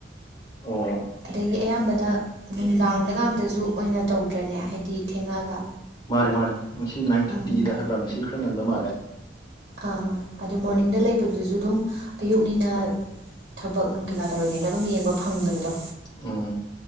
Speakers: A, on the left; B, on the right.
A: ꯑꯣ
B: ꯗꯒꯤ ꯑꯌꯥꯝꯕꯅ ꯅꯨꯡꯗꯥꯡꯗ ꯉꯥꯛꯇꯁꯨ ꯑꯣꯏꯅ ꯇꯧꯗ꯭ꯔꯅꯦ ꯍꯥꯏꯕꯗꯤ ꯊꯦꯡꯉꯛꯑꯒ
A: ꯃꯥꯅꯦ ꯃꯥꯅꯦ ꯉꯁꯤ ꯅꯥꯏꯟ ꯊꯥꯔꯇꯤꯗ
B: ꯎꯝ
A: ꯍꯥꯏꯕ꯭ꯔꯥ ꯉꯁꯤ ꯈꯔ ꯉꯟꯕ ꯃꯥꯜꯂꯦ
B: ꯑꯥ ꯑꯗꯨꯗ ꯃꯣꯔꯅꯤꯡꯗ ꯂꯩꯕꯗꯨꯁꯨ ꯑꯗꯨꯝ ꯑꯌꯨꯛꯅꯤꯅ ꯊꯕꯛ ꯅꯨꯡ ꯀꯩꯀꯥ ꯇꯧꯔꯤꯉꯩꯗ ꯑꯗꯨꯝ ꯌꯦꯡꯕ ꯐꯪꯗꯕꯗꯣ
A: ꯎꯝ